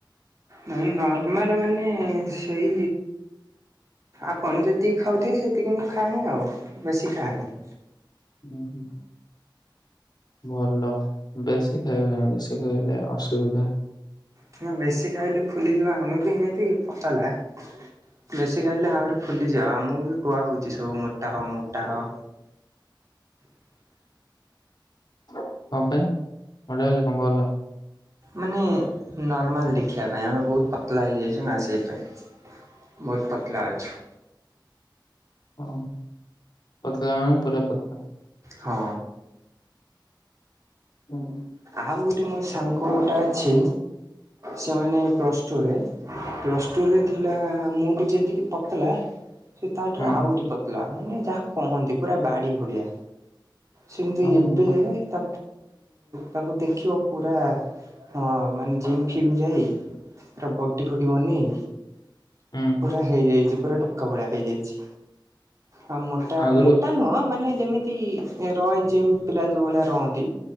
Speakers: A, on the right; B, on the left.
A: ନାଇ ନର୍ମାଲ ମାନେ ସେଇ ଆପଣ ଯେତିକି ଖାଉଥିବେ ସେତିକି ମୁଁ ଖାଆହିଁ ଆଉ ବେଶୀ ଖାଆନି।
B: ଉଁ ହୁଁ। ଭଲ ବେଶୀ ଖାଇବେନି ବେଶୀ ଖାଇଲେ ଅସୁବିଧା।
A: ହ ବେଶୀ ଖାଇଲେ ଫୁଲିଯିବା ଆମେ ବି ଏମିତି ପତାଲା। ବେଶୀ ଖାଇଲେ ଆହୁରି ଫୁଲିଯିବ ଆମକୁ ବି କୁହା ହଉଛି ସବୁ ମୋଟା ହ ମୋଟା ହ
B: କଣ ପାଇଁ ମୋଟା ହେଲେ କଣ ଭଲ?
A: ମାନେ ନର୍ମାଲ ଦେଖିବା ପାଇଁ ଆମେ ବହୁତ ପତଳା ହେଇଯାଇଛୁ ନା ସେଇଥି ପାଇଁ, ବହୁତ ପତଳା ଅଛୁ?
B: ହଁ ପତଳା ମାନେ ପୁରା ପତଳା,
A: ହଁ।
B: ହୁଁ ହୁଁ, ।
A: ଆଉ ଗୋଟେ ମୋ ସାଙ୍ଗ ଗୋଟେ ଅଛି ସେମାନେ ପ୍ଲସ୍ ଟୁରେ ପ୍ଲସ୍ ଟୁରେ ଥିଲା ମୁଁ ବି ଯେତିକି ପତଲା ସେ ତାଠାରୁ
B: ହଁ
A: ଆହୁରି ପତଲା ମାନେ ଯାହା କହନ୍ତି ପୁରା ବାଡି ଭଳିଆ। ସେମନ୍ତି
B: ଓହୋ
A: ଏବେ ତା ତାକୁ ଦେଖିବ ପୁରା ହଁ ମାନେ ଜିମ୍ ଫିମ୍ ଯାଇ ପୁରା ବଡି ଫଡି ବନେଇ
B: ହୁଁ
A: ପୁରା ହେଇଯାଇଛି ପୁରା ଟୋକା ଭଳିଆ ହେଇଯାଇଛି। ଆଁ ମୋଟା
B: ଆଗରୁ
A: ମୋଟା ନୁହଁ ମାନେ ଯେମିତି ରୟ ଜିମ୍ ପିଲା ଯୋଉ ଭଳିଆ ରହନ୍ତି